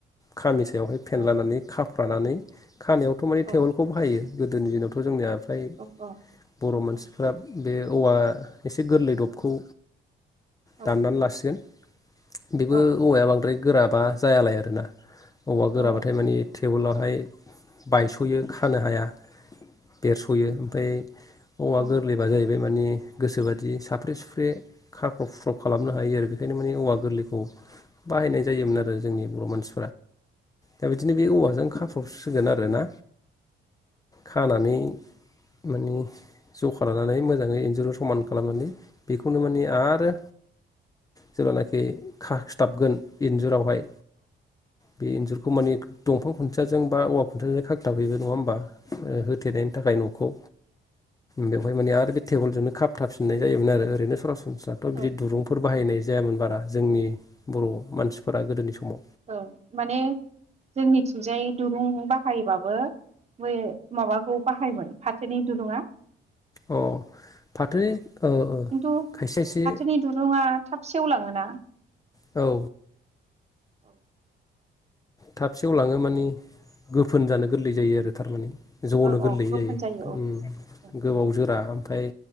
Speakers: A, on the left; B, on the right.
A: खामि बेवहाय फेनलानानै
B: औ
A: खा फ्रानानै खानायावथ' माने
B: औ
A: टेवलखौबो बाहायो गोदोनि दिनाव थ' जोंनि ओमफ्राय
B: औ औ
A: बर'
B: औ
A: मानसिफ्रा बे औवा एसे गोरलै दबखौ
B: औ
A: दाननानै लासिगोन बेबो
B: औ
A: औवाया बांद्राय गोराबा जायालाय आरोना औवा गोराबाथाय
B: औ
A: माने टेवोलावहाय बायस'यो खानो हाया बेरस'यो ओमफ्राय औवा
B: औ
A: गोरलैबा जाहैबाय बे माने गोसोबादि साफ्रे सुफ्रे खाख्रब खुख्रब खालामनो हायो बेखायनो माने औवा गोरलै खौ बाहायनाय जायोमोन आरो जोंनि बर' मानसि दा बिदिनो बे औवाजों खा सिगोन आरोना खानानै माने ज'खा लानानै मोजाङै इन्जुर समान खालामनानै बेखौनो माने आरो जेब्लानाखि खाखथाबगोन इन्जुरावहाय बे एन्जुरखौ माने दंफां खुन्थाजों बा औवा खुन्थियाजों खाखथाफैबाय नङा होमबा होथेनायनि थाखाय न'खौ बेवहाय माने आरो बे टेबोलजोंनो खाबथाबफिननाय जायोमोन आरो ओरैनो सरासनसै संसारथ' बिदि
B: औ
A: दुरुंफोर बाहायनाय जायामोन बारा जोंनि बर' मानसि फोरा गोदोनि समाव
B: औ माने जोंनिथिंजाय दुरुं बाहायबाबो बे माबाखौ बाहायोमोन फाथोनि दुरुंङा
A: अ फाथोनि
B: खिन्थु
A: ओ ओ खायसे खायसे
B: फाथोनि दुरुङा थाब सेवलाङोना।
A: औ
B: औ
A: थाब सेयाव लाङो माने गोफोन जानो गोरलै जायो आरो थारमाने। ज'नो
B: औ
A: गोरलै
B: औ गोफोन
A: जायो
B: औ औ
A: गोबाव जोरा। फाय